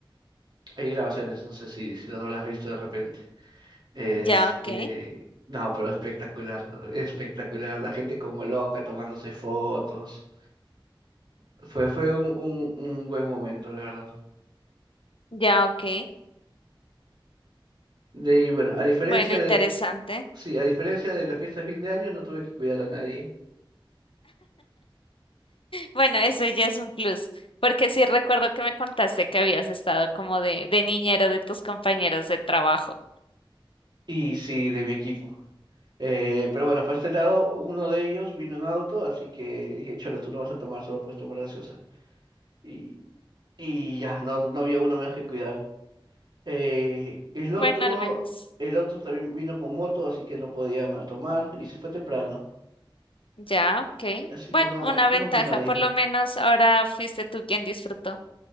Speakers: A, on the right; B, on the left.
A: Hay grabaciones, no sé si, si los habrás visto de repente. Este,
B: Ya, ok.
A: no, pero espectacular, espectacular. La gente como loca tomándose fotos. Fue, fue un, un, un buen momento, la verdad.
B: Ya, ok.
A: De ahí, bueno,
B: Mm,
A: a diferencia
B: Bueno, interesante.
A: de, sí, a diferencia de la fiesta de fin de año, no tuve que cuidar a nadie.
B: Bueno, eso ya es un plus, porque sí recuerdo que me contaste que habías estado como de, de niñero de tus compañeros de trabajo.
A: Y sí, de mi equipo. Eh, pero bueno, para este lado, uno de ellos vino en auto, así que dije, Cholo, tú no vas a tomar, solo puedes tomar gaseosa. Y, y ya, no, no había uno menos que cuidar. Eh, el
B: Bueno,
A: otro,
B: al menos.
A: el otro también vino con moto, así que no podía ma- tomar y se fue temprano.
B: Ya, ok.
A: Y Así
B: Bueno,
A: que no,
B: una
A: no
B: ventaja,
A: hubo nadie.
B: por lo menos ahora fuiste tú quien disfrutó.